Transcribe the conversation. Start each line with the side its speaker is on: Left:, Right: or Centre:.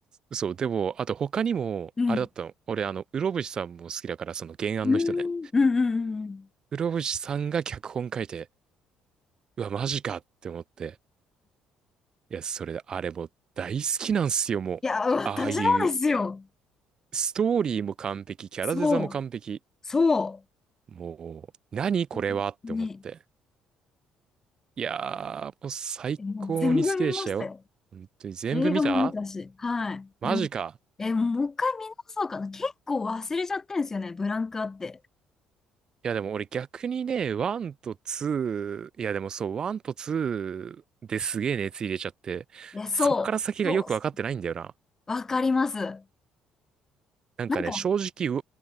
Right: そう、でも、あと他にも、
Left: うん。
Right: あれだったの。俺、あの、室伏さんも好きだから、その原案の人ね。
Left: うーん。うんうんうんうん。
Right: 室伏さんが脚本書いて、うわ、マジかって思って。いや、それで、あれもう大好きなんすよ、もう。
Left: いや、私もですよ。
Right: ああいう、ストーリーも完璧、キャラデザも完璧。
Left: そう。そ
Right: もう、何これはって思って。
Left: う。ね
Right: いやー、もう最高に好きでしたよ。
Left: えもう全部見ましたよ。
Right: 本当に全部見た
Left: 映画も見たし。はい。
Right: マジか。
Left: でも、え、もうもう一回見直そうかな。結構忘れちゃってんですよね、ブランクあって。
Right: いやでも俺逆にね、1と2、いやでもそう、1と2ですげえ熱入れちゃって、
Left: いや、そう、
Right: そっから先がよくわかってないんだよな。
Left: そう、そうわかります。な
Right: なんかね、
Left: んか、
Right: 正直、1